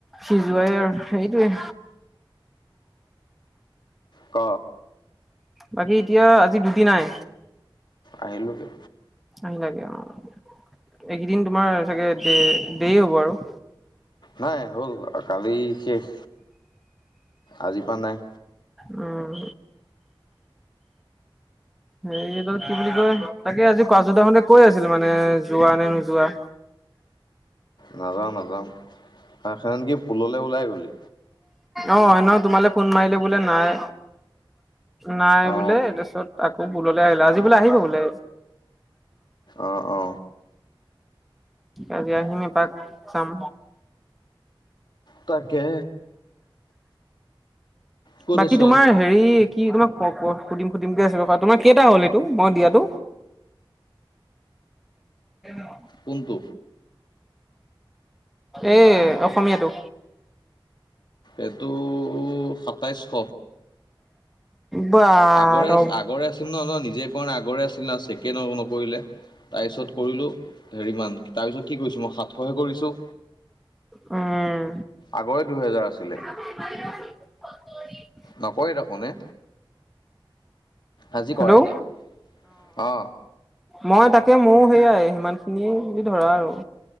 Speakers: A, in the centre; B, on the left.
A: সিজোৱাই আৰু সেইটোয়ে।
B: ক
A: বাকী এতিয়া আজি ডিউটি নাই?
B: আহিলোগে।
A: আহিলাগে অহ এইকেইদিন তোমাৰ চাগে দে দেৰি হ'ব আৰু?
B: নাই হ'ল কালি শেষ, আজিৰ পৰা নাই।
A: উম হেৰি ত কি বুলি কয় তাকে আজি কাজু দা হতে মানে কৈ আছিল মানে যোৱা নে নোযোৱা?
B: নাযাওঁ নাযাওঁ সেইখন কি পুললে ওলাই গ'লি?
A: অ সেইদিনা তোমালে ফোন মাৰিলে বোলে নাই। নাই
B: অ
A: বোলে তাৰপিছত আকৌ পুললে আহিলে আজি বোলে আহিব বোলে।
B: অ অ
A: আজি আহিম এপাক চাম।
B: তাকে ক'ত
A: বাকী
B: আছ
A: তোমাৰ হেৰি কি তোমাক সুধিম সুধিম কে আছিলো, তোমাৰ কেইটা হ'ল সেইটো মই দিয়াতো? <unintelligible>
B: কোনটো?
A: এ অসমীয়াটো।
B: এইটো সাতাইছশ।
A: বা
B: আগৰে
A: অ
B: আগৰে আছিল ন নিজে কৰ না আগৰে আছিল <inaudible> কৰিলে তাৰপিছত কৰিলো হেৰি তাৰপিছত কি কৰিছো মই সাতশহে কৰিছো।
A: উম
B: আগৰে দুহেজাৰ আছিলে।
A: <unintelligible>
B: নকয় দেখোন এ আজি
A: হেল্ল'
B: কৰাই
A: অ
B: নাই অ।
A: মই তাকে মোৰ সেইয়াই সিমান খিনিয়ে বুলি ধৰা আৰু।